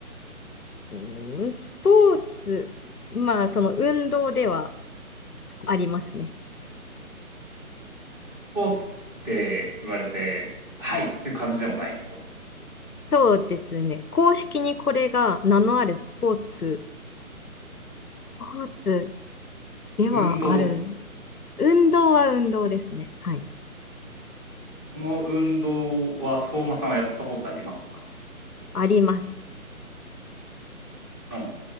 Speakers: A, on the left; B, on the right.
A: うん、スポーツ、まあ、その運動ではありますね。
B: スポーツって言われて、はいっていう感じでもないと。
A: そうですね。公式にこれが名のあるスポーツ、スポーツではある。
B: 運動です。
A: 運動は運動ですね。はい。
B: この運動は、相馬さんはやったことありますか
A: あります。
B: うん。